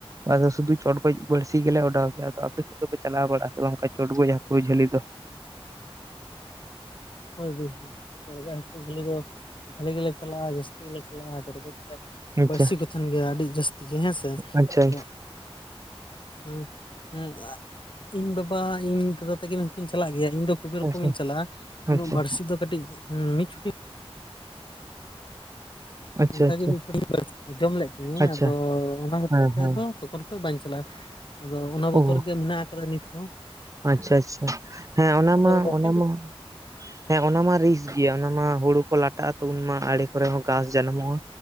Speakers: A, on the right; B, on the left.
A: ᱟᱫᱚ ᱥᱩᱫᱷᱩ ᱪᱚᱴᱜᱚᱡ ᱵᱟᱹᱲᱥᱤᱛᱤ ᱜᱮᱞᱮ ᱚᱰᱟᱣ ᱜᱮᱭᱟ ᱟᱫᱚ ᱟᱯᱮ ᱥᱮᱫ ᱫᱚᱯ ᱪᱟᱞᱟᱣ ᱵᱟᱲᱟᱜ ᱥᱮ ᱵᱟᱝᱠᱷ ᱪᱚᱴᱜᱚᱡ ᱦᱟᱹᱠᱩ ᱡᱷᱟᱹᱞᱤ ᱫᱚ?
B: ᱦᱳᱭ ᱵᱚᱭᱦᱟ ᱡᱟᱹᱞᱤ ᱫᱚ ᱵᱷᱟᱹᱞᱤ ᱜᱮᱞᱮ ᱪᱟᱞᱟᱜ-ᱟ ᱡᱟᱹᱥᱛᱤ ᱜᱮᱞᱮ ᱪᱟᱞᱟᱜ-ᱟ ᱜᱮᱞᱮ
A: ᱟᱪᱪᱷᱟ
B: ᱵᱟᱹᱲᱥᱤ ᱠᱚᱛᱷᱮᱱ ᱜᱮ ᱟᱹᱰᱤ ᱡᱟᱹᱥᱛᱤ ᱜᱮ ᱦᱮᱸ ᱥᱮ
A: ᱟᱪᱪᱷᱟ
B: ᱟᱫᱚ ᱦᱮᱸ ᱦᱮᱸ ᱤᱧ ᱵᱟᱵᱟ ᱤᱧ ᱫᱟᱫᱟ ᱛᱟᱹᱠᱤᱱ ᱦᱚᱸᱠᱤᱱ ᱪᱟᱞᱟᱜ ᱜᱮᱭᱟ ᱤᱧ ᱫᱚ ᱠᱩᱵᱮᱨᱠᱚᱢᱤᱧ
A: ᱟᱪᱪᱷᱟ
B: ᱪᱟᱞᱟᱜ-ᱟ ᱩᱱᱟᱹᱜ
A: ᱟᱪᱪᱷᱟ
B: ᱵᱟᱹᱲᱥᱤ ᱫᱚ ᱠᱟᱹᱴᱤᱡ ᱢᱤᱫ ᱪᱷᱩᱴᱤ
A: ᱟᱪᱪᱷᱟ
B: ᱚᱱᱠᱟᱜᱮ
A: ᱟᱪᱪᱷᱟ
B: ᱢᱤᱫ ᱪᱷᱚᱱ ᱡᱚᱢ ᱞᱮᱫ ᱛᱤᱧᱟᱹ
A: ᱟᱪᱪᱷᱟ ᱟᱪᱪᱷᱟ
B: ᱟᱫᱚ ᱚᱱᱟ ᱠᱷᱟᱹᱛᱤᱨ
A: ᱦᱮᱸ
B: ᱛᱮ
A: ᱦᱮᱸ
B: ᱟᱫᱚ ᱛᱚᱠᱷᱚᱱ ᱠᱷᱚᱱ ᱵᱟᱝ ᱪᱟᱞᱟᱜ-ᱟ ᱟᱫᱚ ᱚᱱᱟ ᱵᱚᱛᱚᱨ
A: ᱚ
B: ᱜᱮ ᱢᱮᱱᱟᱜ ᱠᱟᱫᱟ ᱱᱤᱛ ᱦᱚᱸ᱾
A: ᱟᱪᱪᱷᱟ ᱟᱪᱪᱷᱟ ᱦᱮᱸ ᱚᱱᱟ
B: ᱟᱫᱚ
A: ᱢᱟ
B: ᱨᱚᱴᱮ
A: ᱚᱱᱟ ᱢᱟ ᱦᱮᱸ ᱚᱱᱟ ᱢᱟ ᱨᱤᱠ ᱜᱮᱭᱟ ᱚᱱᱟ ᱢᱟ ᱦᱩᱲᱩ ᱠᱚ ᱞᱟᱴᱟᱜ-ᱟ ᱛᱚ ᱩᱱ ᱢᱟ ᱟᱲᱮ ᱠᱚᱨᱮ ᱦᱚᱸ ᱜᱷᱟᱥ ᱡᱟᱱᱟᱢᱚᱜ-ᱟ